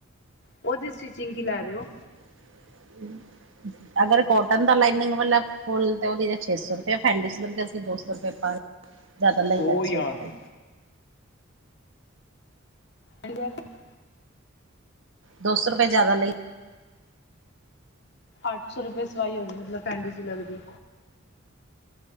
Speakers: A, on the left; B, on the right.
A: ਉਹਦੀ ਸਟੀਿਚਿੰਗ ਕਿ ਲੈ ਰਹੇ ਹੋ?
B: <inaudible> ਅਗਰ ਕੋਟਨ ਦਾ ਲਾਈਨਿੰਗ ਵਾਲਾ ਫੁੱਲ ਤੇ ਉਹਦੀ ਤੇ ਛੇ ਸੌ ਰੁਪਏ। ਫੈਂਡ ਅਸੀਂ ਦੋ ਸੌ ਰੁਪਏ ਪਰ ਜ਼ਿਆਦਾ ਲ
A: ਉਹ
B: ਲੈ ਸੀ
A: ਯਾਦ ਨਹੀਂ
B: ਤੇ
A: ਹੰਡ ਵ <unintelligible>
B: ਦੋ ਸੌ ਰੁਪਏ ਜ਼ਿਆਦਾ ਲਈ
A: ਅੱਠ ਸੌ ਰੁਪਏ ਸਵਾਈ ਹੋਗੀ, ਮਤਲਬ ਫੈਂਡੀ ਸਿਲਕ ਦੀ।